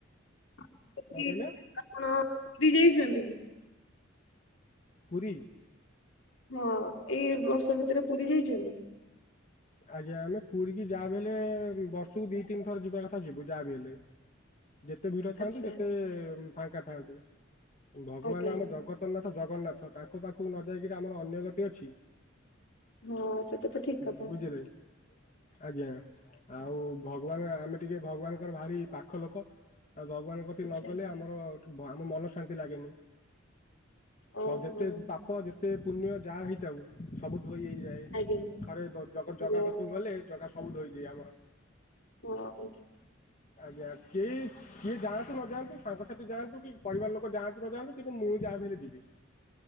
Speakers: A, on the left; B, on the left.
A: <unintelligible>
B: କ'ଣ କହିଲେ
A: ଆପଣ ପୁରୀ ଯାଇଛନ୍ତି କି?
B: ପୁରୀ?
A: ହଁ ଏଇ ବର୍ଷ ଭିତରେ ପୁରୀ ଯାଇଛନ୍ତି?
B: ଆଜ୍ଞା ଆମେ ପୁରୀ କି ଯାହାବି ହେଲେ ବର୍ଷକୁ ଦି ତିନିଥର ଯିବା କଥା ଯିବୁ ଯା ବିି ହେଲେ। ଯେତେ ଭିଡ଼ ଥାନ୍ତୁ
A: ଆଚ୍ଛା
B: ଯେତେ ଫାଙ୍କା ଥାଆନ୍ତୁ ଭଗବାନ
A: ଆଜ୍ଞା
B: ଆମ ଜଗତ ଜନାଥ ଜଗନ୍ନାଥ ତାଙ୍କ ପାଖକୁ ନ ଯାଇକିରି ଆମର ଅନ୍ୟଗତି ଅଛି।
A: ହଁ ସେଟା ତ ଠିକ। କଥା
B: ବୁଝିଲେ ଆଜ୍ଞା। ଆଉ ଭଗବାନ ଆମେ ଟିକେ ଭଗବାନଙ୍କର ଭାରି ପାଖ ଲୋକ ଆଉ ଭଗବାନଙ୍କ କତିକି
A: ଆଚ୍ଛା
B: ନଗଲେ ଆମ ଆମ ମନ ଶାନ୍ତି ଲାଗେନି
A: ଓହୋ
B: ସ ଯେତେ ପାପ ପାପ ଯେତେ ପୁଣ୍ୟ ଯାହା ହେଇଥାଉ ସବୁ ଧୋଇ ହେଇଯାଏ
A: ଆଜ୍ଞା
B: ଥରେ ଜଗା
A: ଯା
B: ପାଖକୁ ଗଲେ ଜଗା ସବୁ ଧୋଇ ଦିଏ ଆମର।
A: <unintelligible>
B: ଆଜ୍ଞା କିଶ୍ କିଏ ଯାଆନ୍ତୁ ନ ଯାଆନ୍ତୁ ସାଙ୍ଗସାଥି ଯାଆନ୍ତୁ କି ପରିବାର ଲୋକ ଯାଆନ୍ତୁ ନ ଯାଆନ୍ତୁ କିନ୍ତୁ ମୁଁ ଯାହାଭି ହେଲେ ଯିବି।